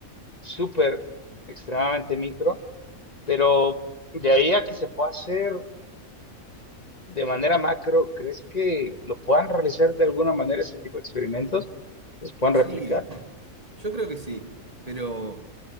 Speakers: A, on the left; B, on the right.
A: súper extremadamente micro, pero de ahí a que se pueda hacer de manera macro, ¿crees que lo puedan realizar de alguna manera ese tipo de experimentos? ¿Los puedan
B: Sí,
A: replicar?
B: Yo creo que sí, pero